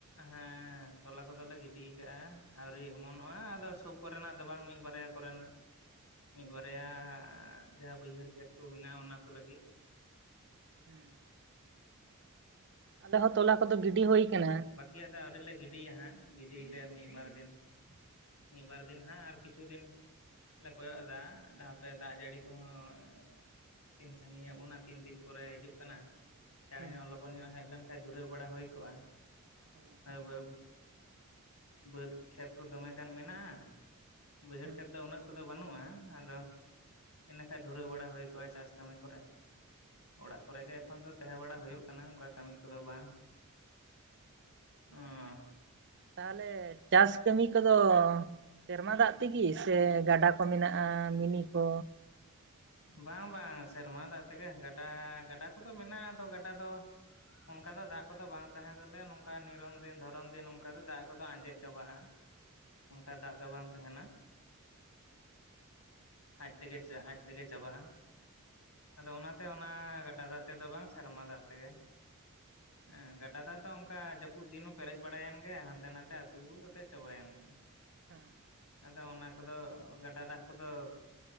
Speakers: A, on the left; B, on the right.
A: ᱦᱮᱸ ᱛᱚᱞᱟ ᱠᱚᱫᱚᱞᱮ ᱜᱤᱰᱤᱭ ᱟᱠᱟᱜᱼᱟ ᱟᱹᱣᱨᱤ ᱚᱢᱚᱱᱚᱜᱼᱟ ᱟᱫᱚ ᱥᱚᱵ ᱠᱚᱨᱮᱱᱟᱜ ᱫᱚ ᱵᱟᱝ ᱢᱤᱫ ᱵᱟᱨᱭᱟ ᱠᱚᱨᱮᱱᱟᱜ ᱢᱤᱫ ᱵᱟᱨᱭᱟ ᱡᱟᱦᱟᱸ ᱵᱟᱹᱭᱦᱟᱹᱲ ᱠᱷᱮᱛ ᱠᱚ ᱢᱮᱱᱟᱜᱼᱟ ᱚᱱᱟ ᱠᱚ ᱞᱟᱹᱜᱤᱫ
B: ᱦᱮᱸ ᱟᱞᱮ ᱦᱚᱸ ᱛᱚᱞᱟ ᱠᱚᱫᱚ ᱜᱤᱰᱤ ᱦᱩᱭ ᱟᱠᱟᱱᱟ
A: ᱴᱤᱠᱭᱟᱹ ᱫᱚ ᱟᱣᱨᱤ ᱞᱮ ᱜᱤᱰᱤᱭᱟ ᱦᱟᱸᱜ ᱜᱤᱰᱤᱭᱞᱮ ᱢᱤᱫ ᱵᱟᱨ ᱫᱤᱱ᱾ ᱢᱤ ᱵᱟᱨ ᱫᱤᱱ ᱦᱟᱸᱜ ᱟᱨ ᱠᱤᱪᱷᱩ ᱫᱤᱱ ᱞᱮ ᱠᱚᱭᱚᱜ ᱮᱫᱟ ᱦᱟᱸᱯᱮ ᱫᱟᱜ ᱡᱟᱹᱲᱤ ᱠᱚᱦᱚᱸ ᱛᱤᱱ ᱥᱟᱺᱜᱤᱧᱟᱜ ᱵᱚᱱᱟ ᱛᱤᱱ ᱫᱤᱱ ᱠᱚᱨᱮ ᱦᱤᱡᱩᱜ ᱠᱟᱱᱟ ᱪᱟᱸᱬᱮ
B: ᱦᱩᱸ
A: ᱧᱚᱜ ᱞᱚᱜᱚᱱ ᱧᱚᱜ ᱦᱮᱡ ᱞᱮᱱᱠᱷᱟᱱ ᱫᱩᱨᱟᱹᱣ ᱵᱟᱲᱟ ᱦᱩᱭ ᱠᱚᱜᱼᱟ
B: ᱦᱮᱸ ᱦᱩᱸ
A: ᱟᱫᱚ ᱵᱟᱹ ᱵᱟᱹᱫᱽ ᱠᱷᱮᱛ ᱠᱚ ᱫᱚᱢᱮ ᱜᱟᱱ ᱢᱮᱱᱟᱜᱼᱟ ᱵᱟᱹᱭᱦᱟᱹᱲ
B: ᱦᱮᱸ
A: ᱠᱷᱮᱛ ᱫᱚ ᱩᱱᱟᱹᱜ ᱠᱚᱫᱚ ᱵᱟᱹᱱᱩᱜᱼᱟ ᱟᱫᱚ ᱤᱱᱟᱹ ᱠᱷᱟᱱ ᱫᱷᱩᱨᱟᱹᱣ ᱵᱟᱲᱟ ᱦᱩᱭ ᱠᱚᱜᱼᱟ ᱪᱟᱥ ᱠᱟᱹᱢᱤ ᱠᱚᱨᱮ ᱚᱲᱟᱜ ᱠᱚᱨᱮ ᱜᱮ ᱮᱠᱷᱚᱱ ᱫᱚ ᱛᱟᱦᱮᱸ ᱵᱟᱲᱟ ᱦᱩᱭᱩᱜ ᱠᱟᱱᱟ ᱚᱱᱠᱟ ᱠᱟᱹᱢᱤ ᱠᱚᱫᱚ ᱵᱟᱝ ᱦᱚᱸ
B: ᱛᱟᱦᱚᱞᱮ ᱪᱟᱥ ᱠᱟᱹᱢᱤ ᱠᱚᱫᱚ ᱥᱮᱨᱢᱟ ᱫᱟᱜ ᱛᱮᱜᱮ ᱥᱮ ᱜᱟᱰᱟ ᱠᱚ ᱢᱮᱱᱟᱜᱼᱟ ᱢᱤᱱᱤ ᱠᱚ
A: ᱵᱟᱝ-ᱵᱟᱝ ᱥᱮᱨᱢᱟ ᱫᱟᱜ ᱛᱮᱜᱮ ᱜᱟᱰᱟ, ᱜᱟᱰᱟ ᱠᱚᱫᱚ ᱢᱮᱱᱟᱜᱼᱟ ᱟᱫᱚ ᱜᱟᱰᱟ ᱫᱚ ᱚᱱᱠᱟ ᱫᱚ ᱫᱟᱜ ᱠᱚᱫᱚ ᱵᱟᱝ ᱛᱟᱦᱮᱸ ᱛᱟᱞᱮ ᱱᱚᱝᱠᱟ ᱱᱤᱨᱚᱢ ᱫᱤᱱ ᱫᱷᱚᱨᱚᱢ ᱫᱤᱱ ᱚᱱᱠᱟ ᱫᱚ ᱫᱟᱜ ᱠᱚᱫᱚ ᱟᱸᱡᱮᱫ ᱪᱟᱵᱟᱜᱼᱟ᱾ ᱪᱮᱫ ᱦᱚᱸ ᱵᱟᱝ ᱟᱸᱡᱚᱢᱚᱜ ᱠᱟᱱᱟ ᱚᱱᱠᱟ ᱫᱟᱜ ᱫᱚ ᱵᱟᱝ ᱛᱟᱦᱮᱱᱟ ᱟᱡ ᱛᱮᱜᱮ ᱟᱡ ᱛᱮᱜᱮ ᱪᱟᱵᱟᱜᱼᱟ ᱟᱫᱚ ᱚᱱᱟᱛᱮ ᱚᱱᱟ ᱜᱟᱰᱟ ᱫᱟᱜ ᱛᱮᱫᱚ ᱵᱟᱝ ᱥᱮᱨᱢᱟ ᱫᱟᱜ ᱛᱮᱜᱮ ᱦᱮᱸ ᱜᱟᱰᱟ ᱫᱟ ᱚᱱᱠᱟ ᱡᱟᱹᱯᱩᱫ ᱫᱤᱱ ᱦᱚᱸ ᱯᱮᱨᱮᱡ ᱵᱟᱲᱟᱭᱮᱱ ᱜᱮ ᱦᱟᱱᱛᱮ- ᱱᱟᱛᱮ ᱟᱹᱛᱩ ᱠᱟᱛᱮᱡ ᱪᱟᱵᱟᱭᱮᱱ ᱜᱮ
B: ᱦᱮᱸ
A: ᱟᱫᱚ ᱚᱱᱟ ᱠᱚᱫᱚ ᱜᱟᱰᱟ ᱫᱟᱜ ᱠᱚᱫᱚ